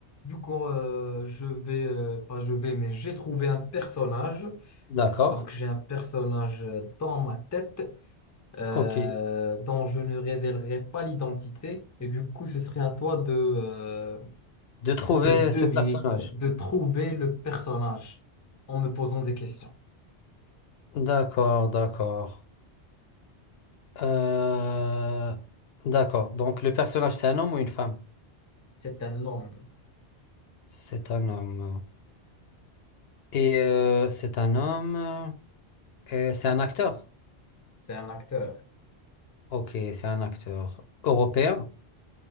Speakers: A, on the left; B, on the left.
A: Du coup, euh, je vais, euh, pas je vais, mais j'ai trouvé un personnage.
B: D'accord.
A: Donc, j'ai un personnage dans ma tête euh,
B: Ok.
A: dont je ne révélerai pas l'identité. Et du coup, ce serait à toi de, euh,
B: De trouver
A: de deviner,
B: ce personnage.
A: de trouver le personnage en me posant des questions.
B: D'accord, d'accord. Euh, D'accord. Donc le personnage, c'est un homme ou une femme?
A: C'est un homme.
B: C'est un homme. Et euh, c'est un homme. euh, et c'est un acteur.
A: C'est un acteur.
B: Ok, c'est un acteur européen.